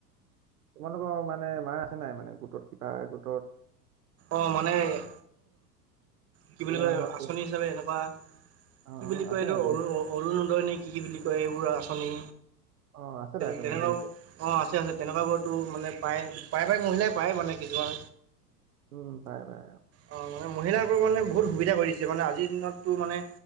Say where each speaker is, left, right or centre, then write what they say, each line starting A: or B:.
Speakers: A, on the right; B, on the right.
A: তোমালোকৰ মানে মাৰ আছে নাই মানে গোটত কিবা গোটত।
B: অ মানে- কি বুলি
A: তেনেকুৱা
B: কয় আঁচনি
A: ধৰণৰ
B: হিচাপে এনেকুৱা,
A: অ',
B: কি
A: অ',
B: বুলি কয়
A: আছে
B: এইটো
A: নাই
B: অৰুণ- অৰুণোদয়নে কি কি বুলি কয় এইবোৰ আঁচনি,
A: অ আছে তাই তোমাৰ
B: তেনেকুৱাও-
A: জড়িত
B: অ আছে আছে তেনেকুৱাবোৰতো মানে পায় প্ৰায় প্ৰায় মহিলাই পায় মানে কিছুমান।
A: উম পাই পাই।
B: অ মানে মহিলাকো মানে বহুত সুবিধা কৰিছে মানে আজিৰ দিনততো মানে-